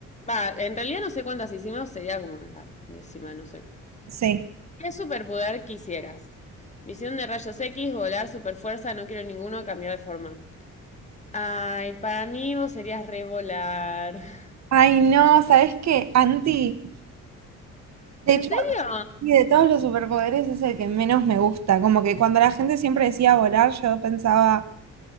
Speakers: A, on the left; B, on the right.
A: Va, en realidad no sé cuántas hicimos, sería como la décima, no sé.
B: sí.
A: ¿Qué superpoder quisieras? Visión de rayos X, volar, superfuerza, no quiero ninguno, cambiar de forma. Ay, para mí vos serías re volar. <laughs>
B: Ay, no, ¿sabes qué? Anti, de
A: ¿En
B: hecho,
A: serio?
B: sí, de todos los superpoderes es el que menos me gusta. Como que cuando la gente siempre decía volar, yo pensaba,